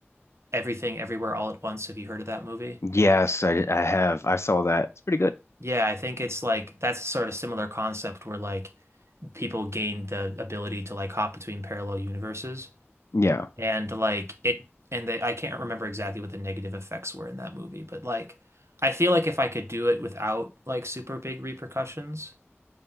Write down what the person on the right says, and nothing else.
Everything Everywhere All at Once? Have you heard of that movie?
Yeah, I think it's like that's a sort of similar concept where like people gain the ability to like hop between parallel universes.
and like it and they I can't remember exactly what the negative effects were in that movie, but like I feel like if I could do it without like super big repercussions,